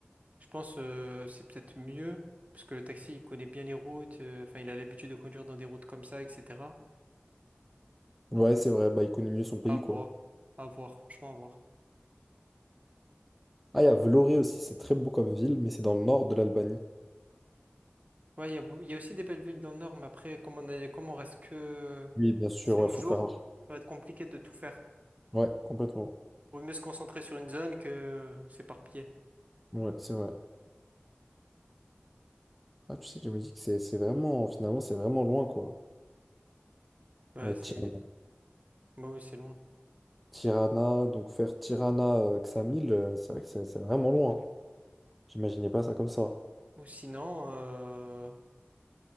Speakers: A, on the right; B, in the centre.
A: je pense euh, c'est peut-être mieux parce que le taxi il connaît bien les routes, euh, enfin il a l'habitude de conduire dans des routes comme ça, etc.
B: ouais, c'est vrai, bah, il connaît mieux son pays,
A: À voir,
B: quoi.
A: à voir, franchement à voir.
B: Ah, il y a Vlorë aussi, c'est très beau comme ville, mais c'est dans le nord de l'Albanie.
A: Ouais, il y a, beau- il y a aussi des belles villes dans le nord, mais après, comme on est- comme on reste que
B: Oui, bien sûr,
A: 5
B: il faut
A: jours,
B: faire un...
A: ça va être compliqué de tout faire.
B: Ouais, complètement.
A: Vaut mieux se concentrer sur une zone que s'éparpiller.
B: Ouais, c'est vrai. Ah, tu sais que je me dis que c'est c'est vraiment, finalement, c'est vraiment loin, quoi.
A: Ouais,
B: Euh,
A: c'est...
B: Tirana,
A: Bah oui, c'est loin.
B: Tirana, donc faire Tirana, euh, Ksamil, euh, c'est vrai que c'est c'est vraiment loin. J'imaginais pas ça comme ça.
A: Ou sinon, euh,